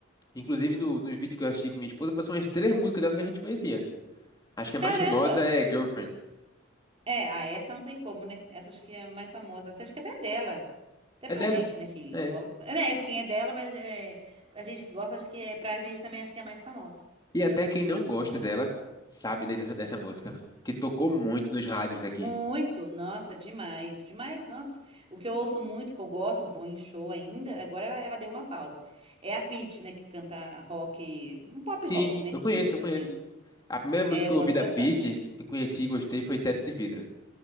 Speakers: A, on the left; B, on the right.
A: Inclusive no, nos vídeos que eu assisti com minha esposa, passou umas três músicas dela que a gente conhecia. Acho que a
B: Caramba!
A: mais famosa é Girlfriend.
B: É, ah, essa não tem como, né? Essa acho que é a mais famosa. Até, acho que até é dela. Até
A: É
B: pra
A: dela.
B: gente, né, que
A: É.
B: gosta. É, né, sim, é dela, mas é, a gente que gosta, acho que é pra gente também, acho que é a mais famosa.
A: E até quem não gosta dela sabe dessa, dessa música, que tocou muito nos rádios daqui.
B: Muito! Nossa, demais, demais. Nossa, o que eu ouço muito, que eu gosto, vou em show ainda. Agora ela, ela deu uma pausa. É a Pitty, né, que canta rock, um pop
A: Sim,
B: rock, né?
A: eu conheço,
B: Vamos dizer
A: eu
B: assim.
A: conheço. A primeira música
B: É,
A: que
B: eu
A: eu
B: gosto
A: ouvi da
B: bastante.
A: Pitty, que eu conheci e gostei, foi Teto de Vidro.